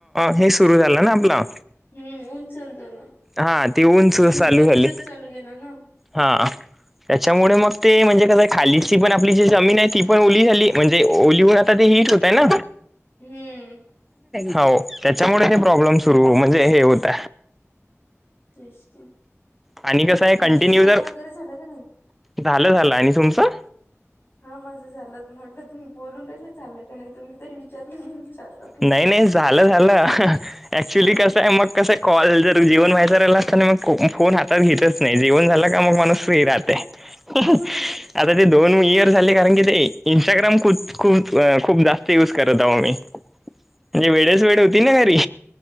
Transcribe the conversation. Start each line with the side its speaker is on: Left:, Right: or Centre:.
Centre: हे सुरू झालं ना आपला.
Left: हम् ऊन <inaudible>
Centre: हा ती ऊनच
Left: जून
Centre: चालू
Left: तर
Centre: झाली
Left: तसच चालू गेला ना
Centre: हा. त्यांच्यामुळे मग ते म्हणजे कसंय खालीची पण आपली जी जमीन आहे ती पण ओली झाली म्हणजे ओलीवर. ते हीट होतंय ना
Left: हम्म
Centre: हो त्यांच्यामुळे ते प्रॉब्लेम सुरू म्हणजे हे होत
Left: <inaudible>
Centre: आणि कसं आहे
Left: तुमचं
Centre: कंटिन्यू
Left: जेवण
Centre: जर,
Left: वगैरे झालं का नाही
Centre: झालं झालं आणि तुमचं?
Left: हा माझं झालं म्हटलं तुम्ही बोलून राले चाललंय का नाही तुम्ही तरी विचारलं मी विचारलं पण
Centre: नाही नाही झालं झालं ऍक्च्युली
Left: हा
Centre: कसं आहे मग कस कॉल जर जेवन व्हायचा राहिलं असताना मग फोन हातात घेतच नाही जेवण झाला का मग माणूस फ्री राहत. ते.
Left: हम्म.
Centre: आता ते दोन इयर झाले कारण की ते इंस्टाग्राम खूप खूप खूप दा. यज करत आहो मी म्हणजे वेळेच वेळ होती ना घरी.